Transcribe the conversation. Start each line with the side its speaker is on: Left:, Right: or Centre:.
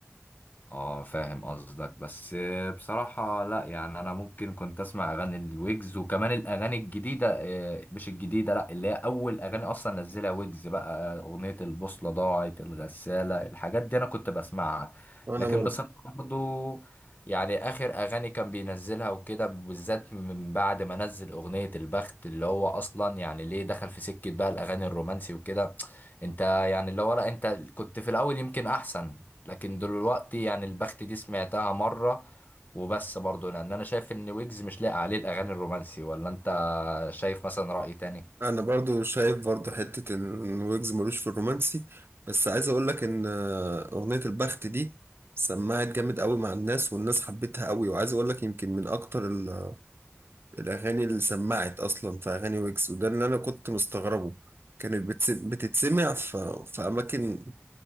Left: اه فاهم قصدك بس بصراحة لا يعني انا ممكن كنت اسمع اغاني الويجز وكمان الاغاني الجديدة آه، مش الجديدة لا اللي هي اول اغاني اصلا نزلها ويجز بقى آه، اغنية البوصلة ضاعت الغسالة الحاجات دي انا كنت بسمعها
Right: أنا
Left: لكن
Right: برضو
Left: بصراحة برضو يعني اخر اغاني كان بينزلها وكده بالذات من بعد ما نزل اغنية البخت اللي هو اصلا يعني ليه دخل في سكة بقى الاغاني الرومانسي وكده انت يعني اللي هو لا انت كنت في الاول يمكن احسن لكن دلوقتي يعني البخت دي سمعتها مرة وبس برضه لان انا شايف ان ويجز مش لاقي عليه الاغاني الرومانسي ولا انت شايف مثلا رأي تاني
Right: انا برضو شايف برضو حتة ان ويجز ملوش في الرومانسي بس عايز اقول لك ان آه، اغنية البخت دي سمعت جامد قوي مع الناس والناس حبتها قوي وعايز اقول لك يمكن من اكتر ال- الاغاني اللي سمعت اصلا في اغاني ويجز وده اللي انا كنت مستغربه كانت بتس- بتتسمع في في اماكن